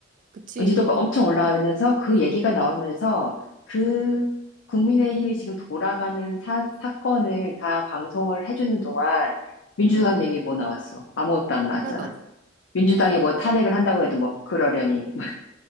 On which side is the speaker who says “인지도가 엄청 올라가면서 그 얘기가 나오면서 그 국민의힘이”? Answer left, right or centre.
Left